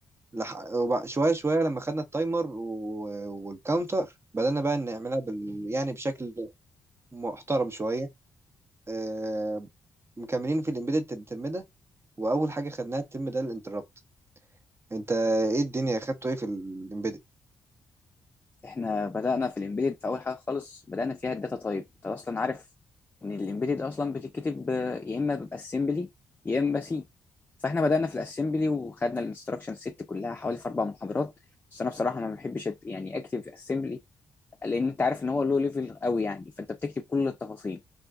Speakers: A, on the right (about 30°); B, on the left (about 20°).
A: لح- وبع- شوية شوية لما خدنا التايمر و- والكاونتر بدأنا بقى نعملها بال... يعني بشكل محترم شوية آه، مكملين في الإمبيدد واول حاجه خدناها الترم ده الانتربت انت ايه الدنيا خدته ايه في الامبيدد
B: احنا بدأنا في الامبيدد في اول حاجه خالص بدأنا فيها الداتا تايب انت اصلا عارف ان الامبيدد اصلا بتتكتب آه، يا اما باسمبلي يا اما سي فاحنا بدأنا في الاسمبلي وخدنا الانستراكشن سيت كلها حوالي في اربع محاضرات بس انا بصراحه ما بحبش أت- يعني اكتب اسمبلي لان انت عارف ان هو لو ليفل قوي يعني فانت بتكتب كل التفاصيل